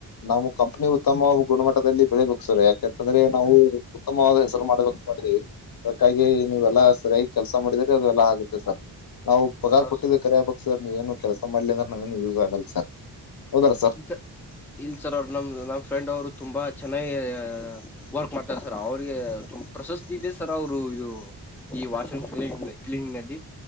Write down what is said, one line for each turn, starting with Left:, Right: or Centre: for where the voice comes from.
Left: ನಮ್ ಕಂಪ್ನಿ ಉತ್ತಮವ ಗುಣಮಟ್ಟದಲ್ಲಿ ಬೆಳಿಬೇಕ್ ಸರ್ ಯಾಕೆ ಯಾಕಂದ್ರೆ ನಾವು ಉತ್ತಮವಾದ ಹೆಸರು ಮಾಡಬೇಕ ಮಾಡಿದೀವಿ ಅದಕ್ಕಾಗಿ ನೀವುಲ್ಲಾ ಸರಿಯಾಗಿ ಕೆಲ್ಸಾ ಮಾಡಿದ್ರೆ ಅದು ಎಲ್ಲ ಆಗುತ್ತೆ ಸರ್ ನಾವು ಪಗಾರ್
Centre: ಹೌದ್
Left: ಕೊಟ್ಟಿದ್ದೆ ಕರೆ ಅಬೇಕ್ ಸರ್ ನೀವೇನು ಕೆಲಸ ಮಾಡ್ಲಿಂದ್ರ ನಂಗೆನ್ ಯೂಸ್ ಆಗಲ್ಲ ಸಾರ್ ಹೌದಲ್ಲ ಸರ್.
Centre: ಸ ಇಲ್ ಸರ್ ಅವ್ರ ನಮ ನಮ್ಮ್ ಫ್ರೆಂಡ್ ಅವರು ತುಂಬಾ ಚೆನ್ನಾಗಿ ಅ ವರ್ಕ್ ಮಾಡ್ತಾರ ಸರ್ ಅವ್ರಿಗೆ ತುಂಬ ಪ್ರಶಸ್ತಿ ಇದೆ ಸರ್ ಅವರು ಇದು ಈ ವಾಷೂಮ್ ಕ್ಲಿನ್ ಕ್ಲಿನಿಂಗ್ ನಲ್ಲಿ